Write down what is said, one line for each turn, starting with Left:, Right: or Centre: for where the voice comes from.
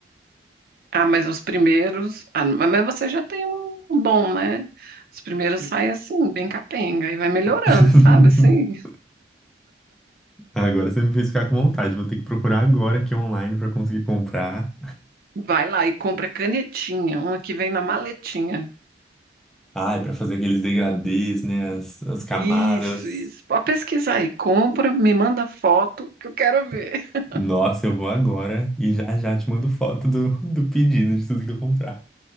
Right: Ah, mas os primeiros. Ah, mas mas você já tem um um bom, né? Os primeiros saem assim, bem capenga, e vai melhorando,
Centre: <laughs>
Right: sabe? Assim,
Centre: Agora você me fez ficar com vontade. Vou ter que procurar agora aqui online pra conseguir comprar.
Right: vai lá e compra canetinha, uma que vem na maletinha.
Centre: Ai, pra fazer aqueles degradês, né? As, as camadas.
Right: Isso, isso. Pode pesquisar aí. Compra, me manda foto que eu quero ver. <laughs>
Centre: Nossa, eu vou agora e já já te mando foto do, do pedido de tudo que eu comprar.